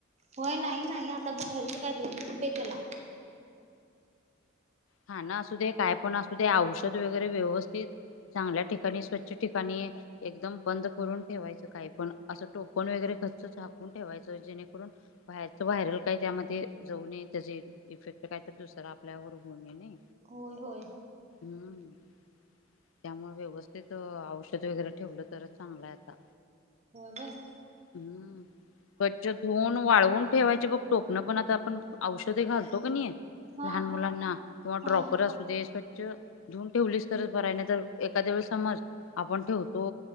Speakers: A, on the right (about 35°); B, on the left (about 80°).
A: होय नाही नाही आता बाहेरच काय देत नाय बाई त्याला.
B: खाण असूदे काय पण असूदे औषध वगैरे व्यवस्थित चांगल्या ठिकाणी स्वच्छ ठिकाणी एकदम बंद करून ठेवायचं काही पण असं टोपण वगैरे गच्च झाकून ठेवायच जेणेकरून बाहेरच व्हायरल काय त्यामध्ये जाऊ नये त्याचे इफेक्ट काही तर दुसरां आपल्यावरर होऊ नये ने.
A: होय होय.
B: हम्म. त्यामुळे व्यवस्थित अ औषध वगैरे ठेवलं तरच चांगलाय आता.
A: हो बाई.
B: हम्म स्वच्छ धुऊन वाळवून ठेवायचे बघ टोपनं पण आता. पण औषधे घालतो कने
A: हा
B: लहान मुलांना किवा
A: हा
B: ड्रॉपर असूदेस स्वच्छ धऊन ठेवलीस तरच बराय नाही तर एखाद्या वेळेस समज आपण ठेवतो